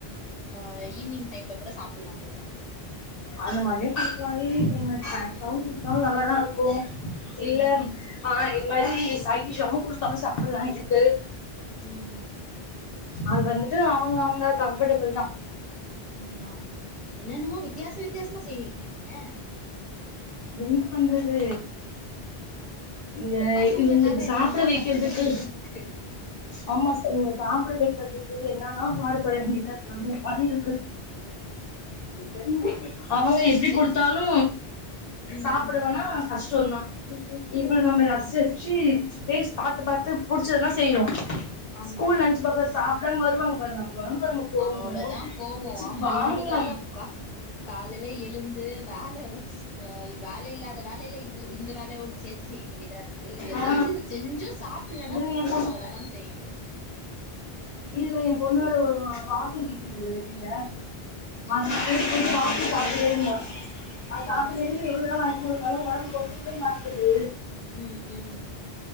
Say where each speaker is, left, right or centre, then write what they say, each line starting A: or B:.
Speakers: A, on the left; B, on the left.
A: ஆ ஈவினிங் டைம்ல கூட சாப்புல்லா போல
B: அந்த மாரியு குடுக்லா ஈவ்னிங் டைம்ல ஸ்நாக்ஸ்சாவு குடுத்தாலு நல்லாதாருக்கு இல்ல
A: ம் ம்
B: ஆ இது மாரி டீ சைடிஷாவு குடுத்தாலு சாப்புல்லா இதுக்கு
A: ம்
B: அது வந்துட்டு அவங்க அவங்க கம்ஃபட்டபுள் தா
A: ஆமா என்னனுமோ வித்தியாச வித் த்தியாசமா செய்றீங்ளே நீங்க
B: என்ன பண்றது இங்க
A: இந்த பசங்களுக்காக
B: இவங்குளுக்கு சாப்ட
A: என்னென்னமோ
B: வைக்றத்துக்கு
A: கத்துக்க வேண்டியதா இருக்கு
B: ஆம்மா ச இவங்க சாப்ட வைக்கறதுக் து என்னல்லா பாடுபட வேண்டிதாருக்கு அந்த மாரிருக்கு <inaudible>
A: ஆ
B: அவங்க எப்டி குடுத்தாலு
A: எத் ம்
B: சாப்டுவானா
A: ம்
B: கஷ்டோந்தா இவ்ளு நம்ப
A: ம்
B: <unintelligible> டேஸ் பாத்து பாத்து புடிச்சதுல்லா செய்றோ
A: ஆமா
B: ஸ்கூல் லன்ச் பாக சாப் டமா வருவாங்க பாருங்க வரும் பாருங்க கோவோ
A: அவ்ளோதா கோவோ
B: வச்சு
A: ஆமா
B: வாங்கலா
A: இவங்ளுக்காக கா காலைல எழுந் து வேல வே ஆ இல்லாத வேலையில இத்து இந்த வேலைய ஒன்னு சேர்த்து த்து செய்ய வேண்டியதா இருக்கு இதுல
B: ஆ
A: செஞ்சு செஞ்சும் சாப்பல்லன்னா
B: இதுல
A: கோவம்
B: எ பொண்ணு
A: வராதான செய்யும்
B: இதுல எ பொண்ணு வேர ஒரு வாச விக்குது வெளில ஆ
A: ம்
B: செரி செரி வா பாத்துட்டே இருந்த அது சாப்ர்ரே‌
A: ம் ம்
B: எவ்ளோ வென ஒரு களுவு உடம்புக் ஒத்துகவே மாட்டுது
A: உம் உம்